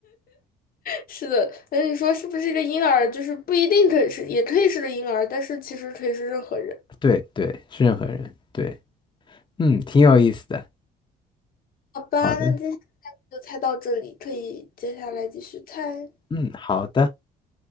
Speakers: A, on the left; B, on the left.
A: 是的，那你说是不是一个婴儿？就是不一定可以是，也可以是个婴儿，但是其实可以是任何人。
B: 对对，是任何人。对，嗯，挺有意思的。
A: 好吧，
B: 好的，
A: 那今天就猜到这里，可以接下来继续猜。
B: 嗯，好的，